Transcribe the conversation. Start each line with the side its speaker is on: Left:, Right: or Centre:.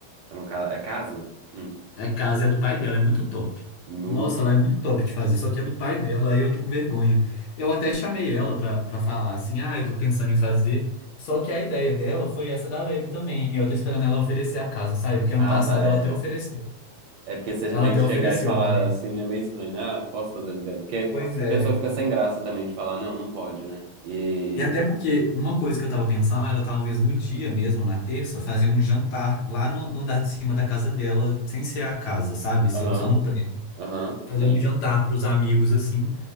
Right: é uma ca- é casa? Hum.
Left: A casa é a do pai dela, é muito top.
Right: Nu.
Left: Nossa, ela é muito top de fazer, só que é do pai dela, aí eu tô com vergonha. Eu até chamei ela pra, pra falar assim, ah, eu tô pensando em fazer. Só que a ideia dela foi essa da Leb também. Eu tô esperando ela oferecer a casa, sabe? Porque ano
Right: Ah,
Left: passado
Right: tá, é.
Left: ela até ofereceu.
Right: É porque você
Left: Ela
Right: meio
Left: até
Right: que
Left: ofereceu,
Right: chegar e falar
Left: Marília.
Right: assim é meio estranho, né? Ah, posso fazer aniversário? Porque
Left: Pois é.
Right: a pessoa fica sem graça também de falar, não, não pode, né? E.
Left: E até porque uma coisa que eu tava pensando era talvez no dia mesmo, na terça, fazer um jantar lá no, no andar de cima da casa dela, sem ser a casa, sabe? Ser
Right: Aham,
Left: Só no prédio.
Right: aham,
Left: Fazer
Right: sim.
Left: um jantar pros amigos, assim.